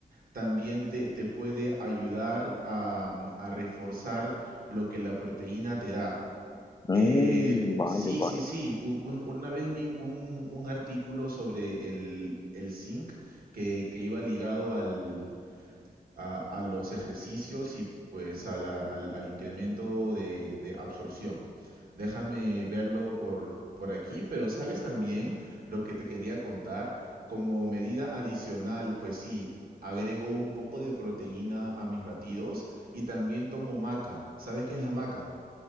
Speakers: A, on the right; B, on the left.
A: también te, te puede ayudar a, mm, a reforzar lo que la proteína te da.
B: Mm,
A: Eh,
B: vale,
A: sí,
B: vale.
A: sí, sí. U- un- una vez vi un, un artículo sobre el, el zinc que, que iba ligado al, a, a los ejercicios y pues a la- al, al incremento de, de absorción. Déjame verlo por, por aquí, pero sabes también lo que te quería contar. Como medida adicional, pues sí, agrego un poco de proteína a mis batidos y también tomo maca. ¿Sabes qué es la maca?